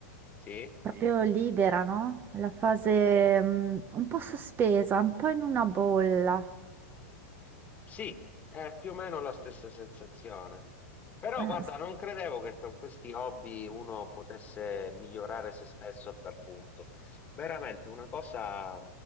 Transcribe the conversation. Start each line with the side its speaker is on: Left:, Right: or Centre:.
Left: Sì?
Right: proprio libera, no? La fase, mm, un po' sospesa, un po' in una bolla.
Left: Sì, è più o meno la stessa sensazione. Però
Right: Eh,
Left: guarda, non credevo che con questi hobby uno potesse migliorare se stesso a tal punto. Veramente una cosa